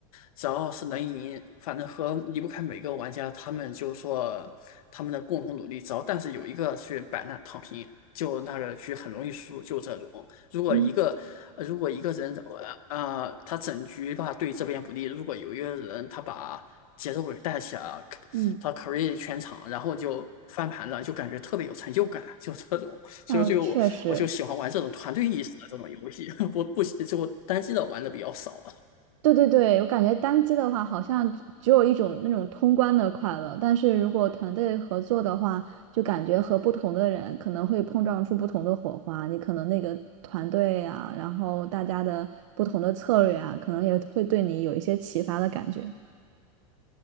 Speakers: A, on the left (about 75°); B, on the right (about 60°).
A: 只要是能赢，反正和离不开每个玩家，他们就说他们的共同努力，只要但是有一个去摆烂躺平，就那个局很容易输，就这种。如果一个呃如果一个人呃呃他整局吧对这边不利，
B: 嗯
A: 如果有一个人他把节奏给带起来了，
B: 嗯，
A: 他 carry 全场，然后就翻盘了，就感觉特别有成就感，就这种。所以就我我就喜欢玩这种团队意识的这种游戏，
B: 那确实。
A: <laughs> 我不喜就单机的玩的比较少。
B: 对对对，我感觉单机的话，好像只只有一种那种通关的快乐，但是如果团队合作的话，就感觉和不同的人可能会碰撞出不同的火花。你可能那个团队啊，然后大家的不同的策略啊，可能也会对你有一些启发的感觉。